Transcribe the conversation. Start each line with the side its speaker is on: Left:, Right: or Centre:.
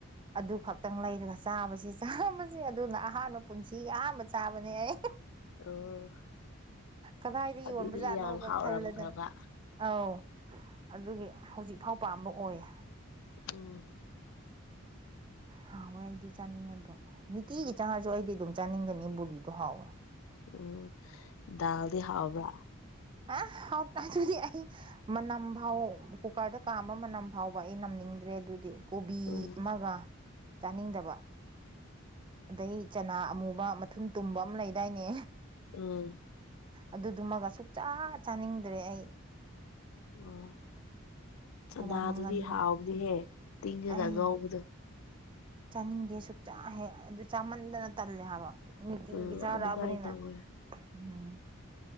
Right: ꯑꯗꯨ ꯈꯛꯇꯪ ꯂꯩꯔꯒ ꯆꯥꯕꯁꯤ ꯆꯥꯕꯁꯤ ꯑꯗꯨꯅ ꯑꯍꯥꯟꯕ ꯄꯨꯟꯁꯤꯒꯤ ꯑꯍꯥꯟꯕ ꯆꯥꯕꯅꯦ ꯑꯩ
Left: ꯑꯣ
Right: ꯀꯗꯥꯏꯗ
Left: ꯑꯗꯨꯗꯤ
Right: ꯌꯣꯟꯕꯖꯥꯠꯅꯣꯒ
Left: ꯌꯥꯝ ꯍꯥꯎꯔꯝꯈ꯭ꯔꯕ
Right: ꯈꯜꯂꯗꯅ ꯑꯧ ꯑꯗꯨꯒꯤ ꯍꯧꯖꯤꯛꯐꯥꯎ ꯄꯥꯝꯕ ꯑꯣꯏꯌꯦ
Left: ꯎꯝ
Right: ꯍꯥꯎꯋꯦ ꯑꯩꯗꯤ ꯆꯥꯅꯤꯡꯉꯦ ꯑꯗꯨꯝ ꯅꯤꯇꯤꯒꯤ ꯆꯥꯉꯥꯁꯨ ꯑꯩꯗꯤ ꯑꯗꯨꯝ ꯆꯥꯅꯤꯡꯒꯅꯤ ꯕꯨꯕꯤꯗꯣ ꯍꯥꯎꯋꯦ
Left: ꯎꯝ ꯗꯜꯗꯤ ꯍꯥꯎꯕ꯭ꯔꯥ
Right: ꯑ ꯍꯥꯎ ꯑꯗꯨꯗꯤ ꯑ ꯃꯅꯝ ꯐꯥꯎ ꯀꯨꯀꯔꯗ ꯀꯥꯝꯕ ꯃꯅꯝ ꯐꯥꯎꯕ ꯑꯩ ꯅꯝꯅꯤꯡꯗ꯭ꯔꯦ ꯑꯗꯨꯗꯤ ꯗꯤ ꯀꯣꯕꯤ
Left: ꯎꯝ
Right: ꯑꯃꯒ ꯆꯥꯅꯤꯡꯗꯕ ꯑꯗꯩ ꯆꯅꯥ ꯑꯃꯨꯕ ꯃꯊꯨꯟ ꯇꯨꯝꯕ ꯑꯃ ꯂꯩꯗꯥꯏꯅꯦ
Left: ꯎꯝ
Right: ꯑꯗꯨꯗꯨꯃꯒ ꯁꯨꯛꯆꯥ ꯆꯥꯅꯤꯡꯗ꯭ꯔꯦ ꯑꯩ
Left: ꯑꯣ ꯆꯅꯥꯗꯨꯗꯤ
Right: ꯍꯋꯥꯏ ꯃꯪꯒꯟꯒ
Left: ꯍꯥꯎꯅꯤꯍꯦ ꯇꯤꯡꯉꯒ
Right: ꯑꯩ
Left: ꯉꯧꯕꯗꯣ
Right: ꯆꯥꯅꯤꯡꯗꯦ ꯁꯨꯛꯆꯥ ꯍꯦꯛ ꯑꯗꯨ ꯆꯥꯃꯟꯗꯅ ꯇꯜꯂꯦ ꯍꯥꯏꯕ ꯅꯤꯇꯤꯒꯤ
Left: ꯎꯝ
Right: ꯆꯥꯔꯛꯑꯕꯅꯤꯅ
Left: ꯑꯗꯨꯃꯥꯏꯅ ꯇꯧꯋꯦ
Right: ꯎꯝ